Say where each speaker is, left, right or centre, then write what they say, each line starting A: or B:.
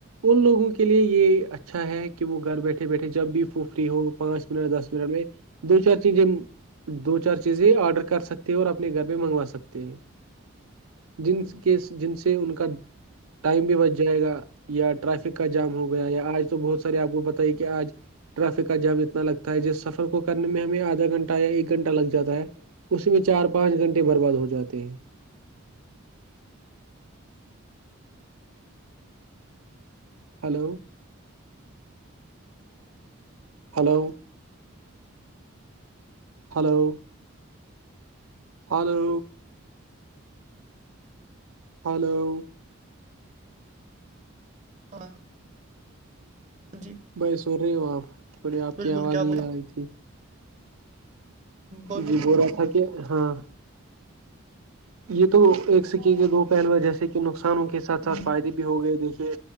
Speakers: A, on the right; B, on the right.
A: ان لوگوں کے لیے یہ اچھا ہے کہ وہ گھر بیٹھے بیٹھے جب بھی وہ فری ہو پانچ منٹ دس منٹ میں دو چار چیزیں دو چار چیزیں آڈر کر سکتے اور اپنے گھر پہ منگوا سکتے ہیں جن کے جن سے ان کا ٹائم بھی بچ جائے گا یا ٹریافک کا جام ہو گیا یا آج تو بہت سارے آپ کو پتہ ہی کہ آج ٹریافک کا جام اتنا لگتا ہے جس سفر کو کرنے میں ہمیں آدھا گھنٹہ یا ایک گھنٹہ لگ جاتا ہے تو چار پانچ گھنٹے برباد ہو جاتے ہیں hello hello hello hello hello
B: <inaudible> جی
A: بھائی سن رہی ہو آپ تھوڑی آپ
B: بالکل
A: کی آواز
B: کیا
A: نہیں
B: بول
A: آ رہی تھی
B: بولو
A: جی
B: بولو
A: بول رہا
B: بولو
A: تھا کہ ہاں یہ تو ایک سکے کے دو پہلوئے جیسے کہ نقصانوں کے ساتھ
B: ہ
A: ساتھ فائدے بھی ہو گئے دیکھیے